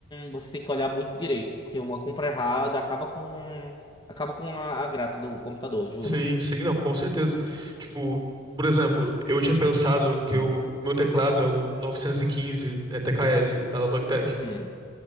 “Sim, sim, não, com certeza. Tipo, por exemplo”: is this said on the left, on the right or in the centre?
Right